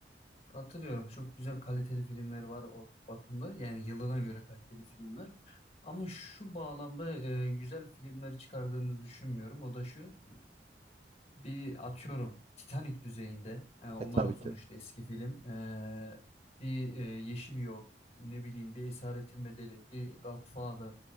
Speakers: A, on the left (about 35°); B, on the right (about 35°).
A: Katılıyorum. Çok güzel kaliteli filmler var o bakımda. Yani yılına göre kaliteli filmler. Ama şu bağlamda e, güzel filmler çıkardığımızı düşünmüyorum. O da şu. Bir atıyorum Titanic düzeyinde. e, onlar
B: E, tabii
A: da sonuçta
B: ki.
A: eski film. E, bir e, Yeşil Yol, ne bileyim bir Esaretin Bedeli, bir Godfather.